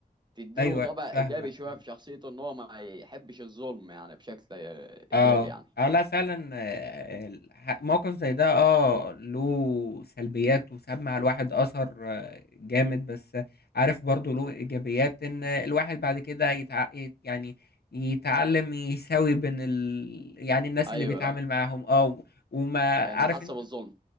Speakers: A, on the right (about 30°); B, on the left (about 85°).
A: تديله
B: ايوه
A: طبع
B: فاهمك
A: ايجابي شوية
B: فاهمك
A: في شخصيته ان هو ما يحبش الظلم يعني بشكل ايجابي
B: اه
A: يعني
B: اه لا فعلا آه، الح- موقف زي ده اه له سلبيات وساب على الواحد اثر آه، جامد بس عارف برضو له ايجابيات ان الواحد بعد كده يتع... يت- يعني يتعلم يساوي بين ال... يعني الناس
A: ايوه
B: اللي بيتعامل
A: لان
B: معاهم اه و- وما
A: لان
B: عارف
A: حاسه
B: انت
A: بالظلم